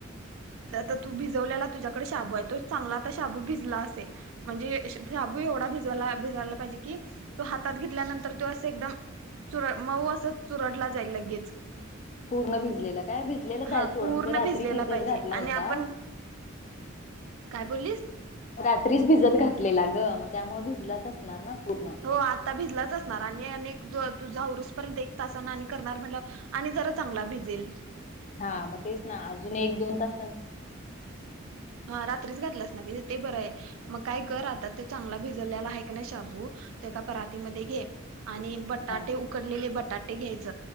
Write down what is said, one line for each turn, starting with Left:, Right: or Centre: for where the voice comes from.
Right: तर आता तू भिजवल्याला तुझ्याकडं शाबू आहे तो चांगला आता शाबू भिजला असेल म्हणजे श शाबू एवढा भिजवला भिजायला पाहिजे की तो हातात घेतल्यानंतर तो असं एकदम चुर मऊ असं चुरडला जाईल लगेच
Left: पूर्ण भिजलेला काय भिजलेलाच
Right: हा
Left: हाय सोड
Right: पूर्ण
Left: म्हणजे रात्री
Right: भिजलेला
Left: भिजत
Right: पाहिजे
Left: घातला
Right: आणि
Left: हो
Right: आपण
Left: ता
Right: काय बोललीस
Left: रात्रीच भिजत घातले. ला गं मग त्यामुळं भिजलाच असणार ना पूर्ण.
Right: हो आता भिजलाच असणार आणि आणिक तुझं आवरूस पर्यंत एक तासानं आणि करणार म्हटल्यावर आणि जरा चांगला भिजेल
Left: हा मग तेच ना अजून एक दोन तास
Right: हां रात्रीच घातल्यास ते बरं आहे मग काय कर आता ते चांगला भिजलेला आहे का नाय शाबू एका परातीमध्ये घे आणि बटाटे
Left: हा
Right: उकडलेले बटाटे घ्यायच